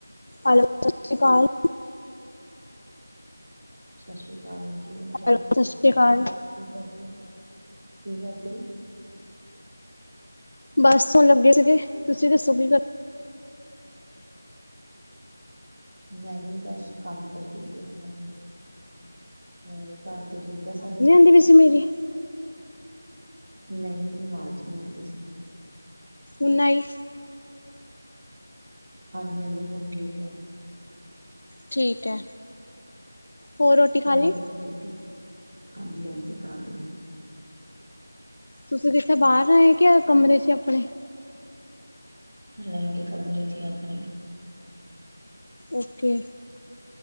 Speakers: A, on the left; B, on the right.
A: ਹੈਲੋ ਸਤਿ ਸ਼੍ਰੀ ਅਕਾਲ।
B: ਸਤਿ ਸ੍ਰੀ ਅਕਾਲ ਜੀ ਕਹਿੰਦੇ
A: ਹੈਲੋ ਸਤਿ ਸ਼੍ਰੀ ਅਕਾਲ
B: ਕਿਤੇ ਕੀ ਕਰਦੇ ਕੀ ਕਰਦੇ।
A: ਬਸ ਹੁਣ ਲੱਗੇ ਸੀਗੇ ਤੁਸੀਂ ਦੱਸੋ ਕੀ ਗੱਲ
B: ਮੈਂ ਵੀ ਬਸ ਕੰਮ ਕਰਦੀ ਸੀ ਆਪਣਾ ਕੋਈ ਹੋ ਘਰ ਦੇ ਠੀਕ ਆ ਸਾਰੇ
A: ਕਹਿੰਦੇ ਪੀ ਸੀ ਮੇਰੀ
B: ਨਹੀਂ-ਨਹੀਂ ਆਵਾਜ਼ ਨਹੀਂ ਆਉਂਦੀ ਸੀ
A: ਨਹੀਂ
B: ਹਾਂਜੀ-ਹਾਂਜੀ ਹੁਣ ਠੀਕ ਹੈ
A: ਠੀਕ ਹੈ ਹੋਰ ਰੋਟੀ ਖਾ
B: ਹੋਰ
A: ਲਈ
B: ਤੁਸੀਂ ਹਾਂਜੀ-ਹਾਂਜੀ ਕਾਹਾਲੀ
A: ਤੁਸੀਂ ਕਿੱਥੇ ਬਾਹਰ ਆਏ ਕਿ ਕਮਰੇ ਚ ਆਪਣੇ
B: ਨਹੀਂ-ਨਹੀਂ ਕਮਰੇ ਚੇ ਹੀ ਆ ਆਪਣੇ
A: ਓਕੇ